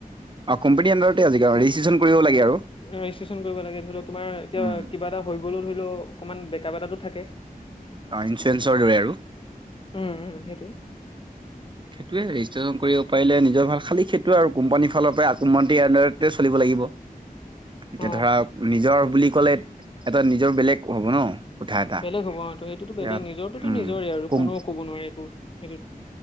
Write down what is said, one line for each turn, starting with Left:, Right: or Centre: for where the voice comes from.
Right: অ', কোম্পানী আণ্ডাৰতে আজিকালি ৰেজিষ্ট্ৰেচন কৰিব লাগে আৰু।
Left: ৰেজিষ্টন কৰিব লাগে ধৰি লও তোমাৰ এতিয়া
Right: উম,
Left: কিবা এটা হৈ গ লৈ ধৰি লও অকণমান বেকা এটাাতো থাকে
Right: অ' ইনফুৰেঞ্চৰ দৰে আৰু
Left: উম উম সেইটোৱে
Right: সেইটোৱে ৰেজিষ্ট্ৰেচন কৰিব পাৰিলে নিজৰ ভাল। খালি সেইটো আৰু কোম্পানীৰ ফালৰ পৰা কোমতি আণ্ডাৰতে চলিব লাগি দিব। এতিয়া
Left: অ
Right: ধৰা নিজৰ বুলি ক'লে এটা নিজৰ বেলেগ হ'ব ন' কোঠা এটা
Left: বেলেগ হ'ব অ' তো সেইটোতো
Right: এতিয়া
Left: বেলেগ। নিজৰটোতো
Right: উম,
Left: নিজৰে আৰু
Right: কোম্পানী
Left: কোনেও কব নোৱাৰে একো সেইটোত।